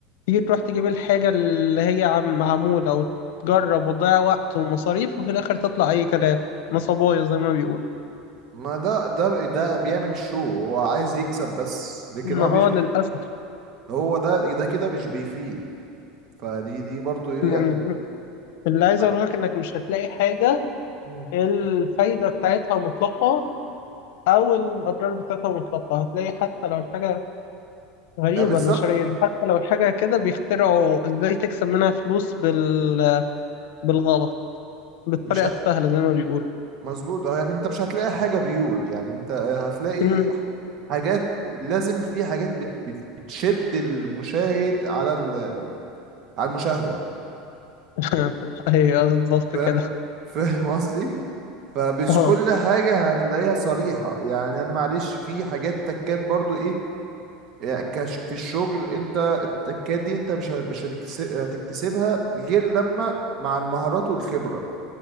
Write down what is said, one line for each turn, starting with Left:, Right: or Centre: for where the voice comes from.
Left: تيجي تروح تجيب الحاجة اللي هي عم معمولة وتجرب وتضيع وقت ومصاريف وفي الآخر تطلع أي كلام نصبايا زي ما بيقول
Right: ما ده ده ده بيعمل شو هو عايز يكسب بس لكن
Left: ما
Right: هو
Left: اه
Right: مش بي...
Left: للأسف
Right: هو ده ده كده مش بيفيد فدي دي برضو ايه
Left: يعني
Right: يعني
Left: اللي عايز
Right: ما-
Left: اقوله لك انك مش هتلاقي حاجة
Right: مم.
Left: الفايدة بتاعتها مطلقة او الاضرار بتاعتها مطلقة هتلاقي حتى لو الحاجة غريبة
Right: لا بالظبط
Left: البشرية دي حتى لو الحاجة كده بيخترعوا ازاي تكسب منها فلوس بال... بالغلط بالطريقة
Right: مش ه...
Left: السهلة زي ما بيقولوا
Right: مظبوط اه، يعني انت مش هتلاقي حاجة بيور يعني انت هتلاقي
Left: مم.
Right: حاجات لازم في حاجات بت... بت- بتشد المشاهد على ال... على المشاهدة
Left: <laughs> ايوه بالظبط
Right: ف... <laughs>
Left: كده
Right: فاهم قصدي فمش
Left: اه
Right: كل حاجة هتلاقيها صريحة يعني أنا معلش في حاجات تكات برضو إيه يعني كش في الشغل أنت التكات دي أنت مش ه- مش هتكس- هتكتسبها غير لما مع المهارات والخبرة